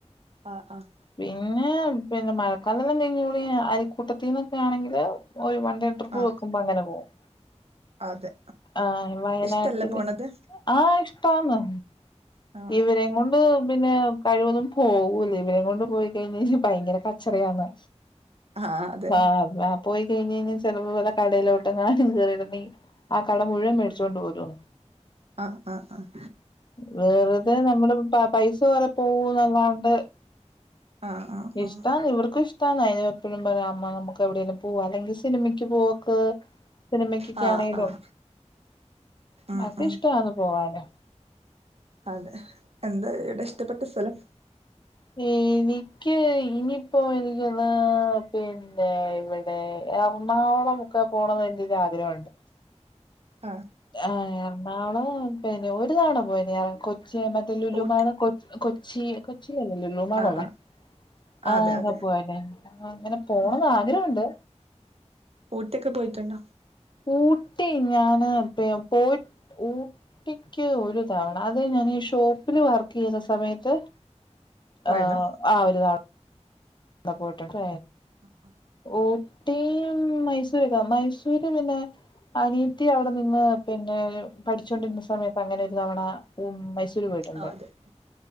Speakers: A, on the right; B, on the left.
A: ആഹ് ആഹ്
B: പിന്നെ പിന്നെ മഴക്കാല എല്ലാം കഴിഞ്ഞ് കൂടി അൽക്കൂട്ടത്തിൽന്നൊക്കെ ആണെങ്കിൽ ഒരു വണ്ടി- പോകുബോ
A: ആ ആ
B: അങ്ങനെ പോകും
A: അതെ
B: ആഹ് വയനാട്ടില്
A: ഇഷ്ടല്ലേ പോണത്
B: ആഹ് ഇഷ്ടവാന്ന്
A: ആ
B: ഇവരെ കൊണ്ട് പിന്നെ കഴിവതും പോകൂല ഇവരെ കൊണ്ട് പോയി കഴിഞ്ഞ്ഞ്ഞ ഭയങ്കര കച്ചറയാണ്
A: ആ അതെ
B: ആഹ് പോയി കഴിഞ്ഞ് കഴിഞ്ഞാൽ ചിലപ്പോ വല്ല കടെലോട്ടങ്ങനും കേറിട്ടോണ്ടെങ്കിൽ ആ കട മുഴുവൻ മേടിച്ചുകൊണ്ട് പോരുന്ന്
A: ആഹ് ആഹ് ആഹ്
B: വെറുതെ നമ്മള്പാ പൈസ കൊറെ പോകുന്നല്ലാണ്ട്
A: ആഹ് ആഹ്
B: ഇഷ്ടാണ്
A: ആഹ്
B: ഇവർക്കും ഇഷ്- ട്ടാണ് അയിന് എപ്പഴും പറയാം അമ്മ നമുക്ക് എവിടെലും പോകവാ അല്ലെങ്കിൽ സിനിമയ്ക്ക് പോക്ക് സിനിമക്കൊക്കൊണെലോ
A: ആഹ് ആഹ് ആഹ്
B: അക്ക
A: ആഹ്
B: ഇഷ്ടവാന്ന് പോവാന്
A: അതെ എന്താ ഇടെ ഇഷ്ടപ്പെട്ട സ്ഥലം
B: ഉം എനിക്ക് ഇനിയിപ്പോ എനികൊന്ന് പിന്നെ ഇവിടെ എർണാകുളം ഒക്കെ പോണന്ന് എന്റെ ഒരു ആഗ്രഹണ്ട്
A: ആഹ്
B: ആഹ് എർണാളം പിന്നെ ഒരു താവണ പോയന് കൊച്ചി മറ്റേ ലുലുമാള്
A: ഊട്ടി
B: കൊ കൊച്ചി കൊച്ചിയിലല്ലോ ലുലു മാൾമാളോള്ളെ
A: ആഹ് ആഹ്
B: ആഹ്
A: അതെ അതെ
B: പോയന് ആഹ് അങ്ങനെ പോണംന്ന്
A: ആഹ്
B: ആഗ്രഹണ്ട്
A: ഊട്ടിയൊക്കെ പോയിട്ടുണ്ടോ
B: ഊട്ടി ഞാന് പേ പോയി ഊ- ഊ ട്ടിക്ക് ഒരു തവണ അത് ഞാന് ഷോപ്പില് വർക്ക് ചെയ്യുന്ന സമയത്ത്-
A: പോയതാ
B: ആഹ് ആ ഒരു തവണ പോയിട്ടുണ്ട്
A: ആഹ്
B: ഊട്ടിയും മൈസൂരോക്കെ മൈസൂര് പിന്നെ അനി- അനിയത്തി അവിടെ നിന്ന് പിന്നെ പഠിച്ചൊണ്ടിരുന്ന സമയത്ത് അങ്ങനെ ഒരു തവണ ഉം മൈസൂര് പോയിട്ടു - ട്ടുണ്ട്
A: ആഹ് അതെ